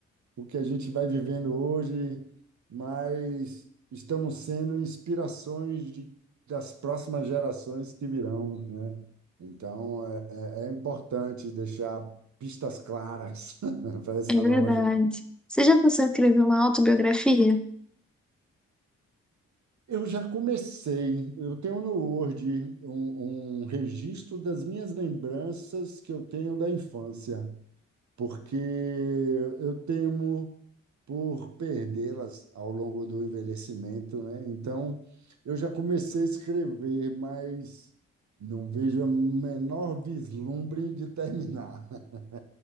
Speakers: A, on the right; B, in the centre.
A: o que a gente vai vivendo hoje, mas estamos sendo inspirações de, das próximas gerações que virão, né? Então, é, é, é importante deixar pistas claras <laughs> para essa
B: É verdade.
A: nova geração.
B: Você já pensou em escrever uma autobiografia?
A: Eu já comecei, eu tenho no Word um, um registro das minhas lembranças que eu tenho da infância. porque eu temo por perdê-las ao longo do envelhecimento, né? Então, eu já comecei a escrever, mas não vejo o menor vislumbre de terminar. <laughs>